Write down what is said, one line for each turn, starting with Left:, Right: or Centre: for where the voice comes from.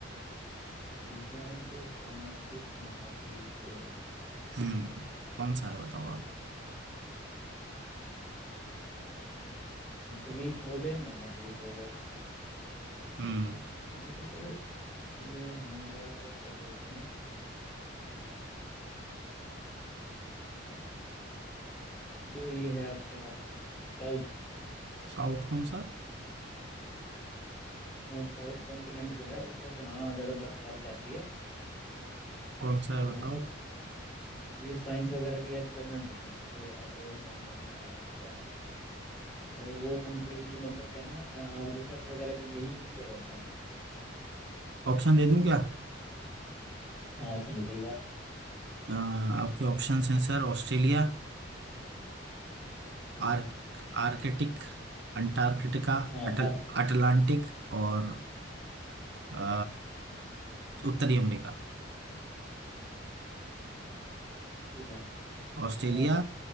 Centre: विज्ञान को समर्पित महाद्वीप
Right: हम्म कौन सा है बताओ आप
Centre: द्वीप हो गए महाद्वीप हो गए
Right: हम्म
Centre: ये तो सर ये हमारा क्या बोलते हैं हम्म, जो ये है आपका साउथ
Right: साउथ कौन सा
Centre: साउथ कॉन्टिनेंट जो है उस पर जहाँ ज्यादा बर्फबारी रहती है
Right: कौन सा है
Centre: वहां
Right: बताओ
Centre: पर ये साइंस वगैरह के एक्सपेरिमेंट होते हैं मुझे याद नाम नहीं आ रहा है क्या है और वो कम्प्लीटली मतलब क्या है ना रिसर्च वगैरह के लिए ही यूज किया जाता है
Right: ऑप्शन दे दूं क्या
Centre: हाँ ऑप्शन देते एक बार
Right: अ, आपके ऑप्शन हैं सर ऑस्ट्रेलिया
Centre: ठीक
Right: आर्क
Centre: है
Right: आर्कटिक अंटार्कटिका
Centre: हाँ
Right: अटल
Centre: आर्कटिक
Right: अटलांटिक और अ, उत्तरी अमेरिका
Centre: ठीक है और
Right: ऑस्ट्रेलिया